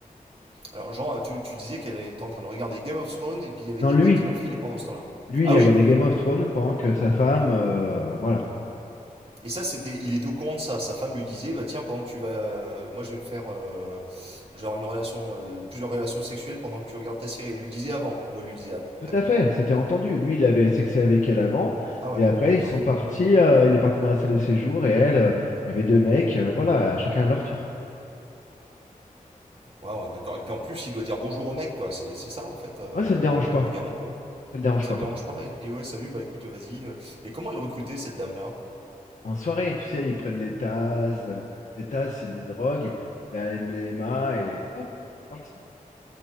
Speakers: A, on the right (about 40°); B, on the left (about 60°).
A: Alors, Jean, tu, tu disais qu'elle était en train de regarder Game of Thrones, et puis il y avait
B: Non,
A: des
B: lui,
A: mecs qui l'enfilaient pendant ce temps-là.
B: lui,
A: Ah
B: il
A: oui!
B: regardait Game of Thrones pendant que sa femme, euh, voilà.
A: Et ça, c'était, il était au courant de ça. Sa femme lui disait, bah tiens, pendant que tu vas, euh, moi je vais me faire euh, genre une relation, euh, plusieurs relations sexuelles pendant que tu regardes ta série. Elle lui disait avant, ou elle lui disait après.
B: Tout à fait, c'était entendu. Lui, il avait sexé avec elle avant,
A: Ah ouais,
B: et après,
A: d'accord.
B: ils sont partis, euh, il est parti dans la salle de séjour, et elle, euh, il y avait deux mecs, euh, voilà, chacun à leur tour.
A: Ouais, ouais, d'accord. Et puis en plus, il doit dire bonjour au mec, quoi. C'est c'est ça, en fait. euh,
B: Ouais, ça le dérange pas, ça
A: il les rencontre.
B: le dérange
A: Ça
B: pas.
A: le dérange pas? Il dit, ouais, salut, bah écoute, vas-y. Et comment elle recrutait, cette dame-là?
B: En soirée, tu sais, ils prennent des tasses. euh, Des tasses, c'est des drogues, de la MDMA et hop, c'est parti.